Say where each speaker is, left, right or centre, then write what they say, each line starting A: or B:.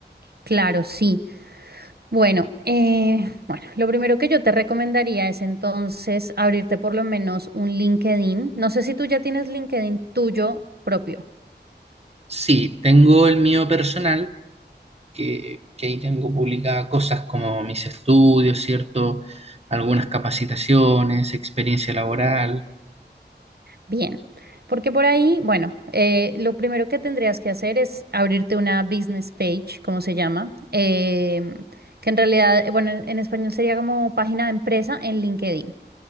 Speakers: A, on the right; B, on the right.
A: Claro, sí. Bueno, eh, bueno, lo primero que yo te recomendaría es entonces abrirte por lo menos un LinkedIn. No sé si tú ya tienes LinkedIn tuyo propio.
B: Sí, tengo el mío personal que, que ahí tengo publicadas cosas como mis estudios, ¿cierto? Algunas capacitaciones, experiencia laboral,
A: Bien, porque por ahí, bueno, eh, lo primero que tendrías que hacer es abrirte una business page, como se llama, em, que en realidad, eh, bueno, en en español sería como página de empresa en LinkedIn,